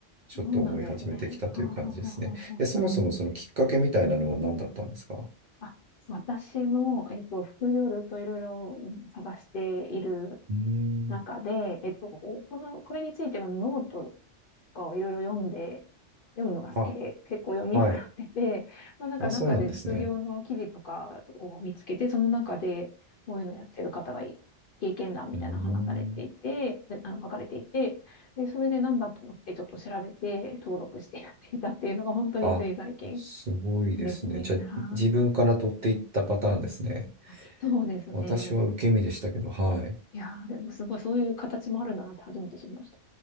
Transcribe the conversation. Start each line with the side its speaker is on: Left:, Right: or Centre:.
Right: ちょっと思い始めてきたという感じですね。
Left: そうなんですね。ほうほうほうほうほう。
Right: え、そもそもそのきっかけみたいなのは何だったんですか
Left: あ、私も、えっと、副業ずっといろいろ探している
Right: うーん
Left: 中で、えっと、この、これについてはノートかをいろいろ読んで、読むのが好きで、
Right: あ、
Left: 結構読み払ってて、
Right: はい。
Left: まあ、なんか中で副業の記事とかを見つけて、
Right: あ、そうなんですね。
Left: その中でこういうのやってる方がい経験談みたいなの話されていて、
Right: うーん。
Left: であの、書かれていて、で、それでなんだと思ってちょっと調べて登録してやってみたっていうのが本当につい最近
Right: あ、すごいですね。
Left: ですね。
Right: じゃあ、
Left: はい。
Right: 自分から取っていったパターンですね。
Left: あそうですね。
Right: 私は受け身でしたけど、はい。
Left: いやー、でもすごいそういう形もあるんだなって初めて知りました。